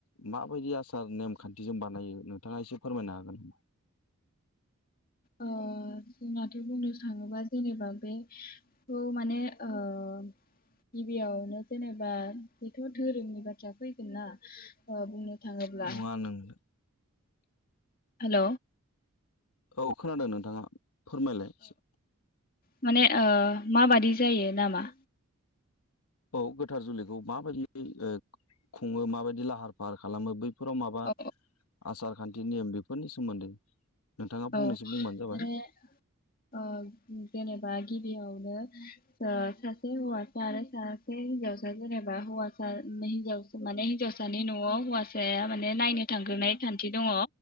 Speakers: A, on the left; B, on the left.
A: माबायदि आसार नेमखान्थिजों बानायो नोंथाङा एसे फोरमायनो हागोन।
B: ओ-जोंनाथ बुंनो थाङोबा जेनेबा बेखौ माने ओ-गिबियावनो जेनेबा बेथ धोरोमनि बाथ्रा फैगोन ना ओ बुंनो। थाङोब्ला
A: नङा नोंनो
B: हेल
A: औ खोनादों नोंथाङा? फोरमायलाय एसे
B: माने ओ माबादि जायो नामा?
A: औ गोथार जुलिखौ माबायदियै खुङो माबायदि लाहार फाहार खालामो बै। फोराव माबा
B: औ
A: आसार खान्थि नेम बेफोर फोरनि सोमोन्दै नोंथाङा फंनैसो
B: औ
A: बुंबानो जाबाय
B: माने ओ-जेनेबा गिबियाव। नो सासे हौवासा आरो सासे हिन्जावसा जेनेबा हवसा हिजाव माने हिन्जावसानि नआव हौवासाया माने नायनो थांग्रोनाय खान्थि दङ।